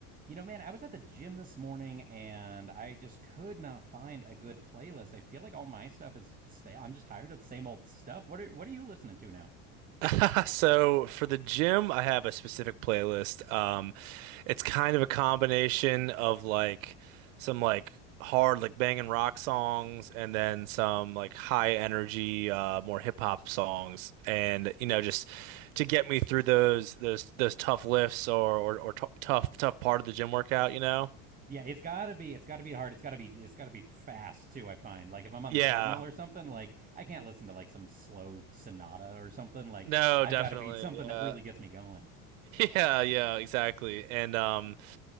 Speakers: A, on the right; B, on the right.
A: You know, man, I was at the gym this morning and I just could not find a good playlist. I feel like all my stuff is stale. I'm just tired of the same old stuff. What are what are you listening to now?
B: <laughs> So for the gym, I have a specific playlist. Um, it's kind of a combination of like some like hard like banging rock songs and then some like high energy uh more hip hop songs and you know just to get me through those those those tough lifts or or, or t tough tough part of the gym workout, you know?
A: Yeah, it's gotta be it's gotta be hard. It's gotta be it's gotta be fast too, I find. Like if I'm on
B: Yeah.
A: the treadmill or something, like I can't listen to like some slow sonata or something. Like
B: No,
A: I've
B: definitely.
A: gotta be something that
B: Yeah.
A: really gets
B: <laughs>
A: me going.
B: Yeah, yeah, exactly. And um